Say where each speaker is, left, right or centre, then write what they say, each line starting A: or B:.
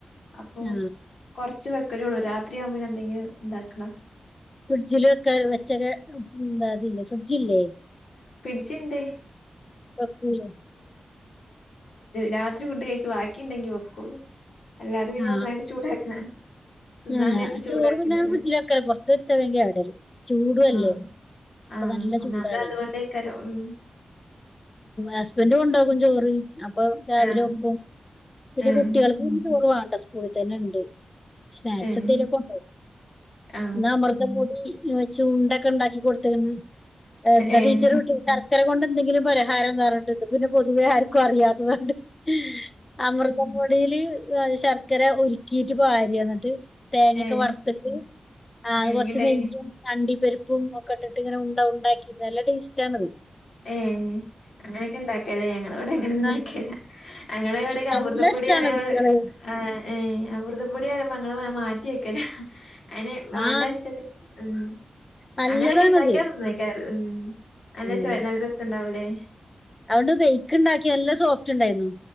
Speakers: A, on the left (about 85°); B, on the left (about 20°).
A: അപ്പൊ
B: ആ
A: കൊറച്ച് വെക്കലേ ഉള്ളു. രാത്രിയാവുമ്പോന് എന്തെങ്കിലും ഇണ്ടാക്കണ
B: ഫ്രിഡ്ജില ഒക്കെ വെച്ചക്കെ ഉന്താതില്ലേ ഫ്രിഡ്ജില്ലേ.
A: <unintelligible> ഒരുതി
B: വെക്കൂലേ
A: രാത്രി ഫുഡ്‌ കഴിച്ചു. ബാക്കിണ്ടെങ്കി വെക്കോളു. അല്ലാതെ പിന്നെ
B: ആ
A: ഒന്നായിട്ട് ചൂടാക്കണ തിന്നാൻ
B: ആ ഞാൻ
A: നേരത്ത് ചൂടാക്കണ്ടല്ലേ
B: ചോറ് പിന്നെ ഫ്രിഡ്ജിലൊക്കല്ല പുറത്ത വെച്ചാ വേഗം കെടുവരും ചൂടുല്ലേ.
A: ആഹ്
B: ഇപ്പൊ
A: ആഹ്
B: നല്ല
A: ഒന്നാമത്
B: ചൂടാണ്.
A: അതുകൊണ്ടേക്കാരം ഉം
B: ഹസ്ബൻഡും കൊണ്ടോവും ചോറ്. അപ്പൊ രാവിലെ
A: ആഹ്
B: വെക്കും. പിന്നെ
A: ഏഹ്
B: കുട്ടികൾക്ക് ചോറ് വേണ്ട സ്കൂളി തന്നെ ഉണ്ട്. സ്നാക്സ്
A: ഏഹ്
B: എന്തെലുക്കെ കൊണ്ടോവും.
A: ആ.
B: എന്നാ മൃഗമൂടി ഉം ചുണ്ടെക്കെ ഉണ്ടാക്കി കൊടുത്തേക്കന്ന് എ് ന്താ
A: ഏ.
B: ടീച്ചറ് <unintelligible> ഇത്ര കൊണ്ട് എന്തെങ്കിലും പരിഹാരംന്ന് പറഞ്ഞിട്ടണ്ട് പിന്നെ പൊതുവെ ആർക്കും അറിയാത്തതു കൊണ്ട് ഹ് അമൃതപൊടിയില് എ് ശർക്കര ഉരുക്കിട്ട് ബാരിഎന്നട്ട് തേങ്ങേക്ക
A: ഏ.
B: വർത്തിട്ട് ആ അത്
A: എങ്ങട്ടായി
B: കൊറച്ച് നെയ്യും അണ്ടി പരിപ്പും ഒ ക്കെട്ടിട്ട് ഇങ്ങനെ ഉണ്ടാവും ഉണ്ടാക്കി നല്ല ടേസ് <inaudible>
A: ഏ അങ്ങനെയൊക്കെ ഇണ്ടാക്കല്ലേ ഞങ്ങളിവിടെ ഇണ്ടാക്കീല്ല
B: ആ,
A: ഹ് ഞങ്ങളിവിടേക്ക
B: നല്ല
A: അമൃദപ്പൊടി
B: ഇഷ്ടാണ്
A: വരെ ഇവള്
B: കുട്ടികളെ
A: ആ ഏ അമൃതപൊടി വരുമ്പ അങ്ങള് മ മാറ്റി വെക്കൂല്ലേ. അയ്ന് വാണ്ട
B: ആ
A: അരശത് ഉം
B: നല്ലതാണത്
A: അങ്ങനെക്കെ ഇണ്ടാക്കിയാ ന്നന്നാക്ക ഉം നല്ല
B: ഉം.
A: ചോ നല്ല രസുണ്ടാവൂലേ
B: അതുകൊണ്ട് ബെയ്ക്ക് ഇണ്ടാക്കിയ എല്ലാം സോഫ്റ്റ് ഉണ്ടായിരുന്നു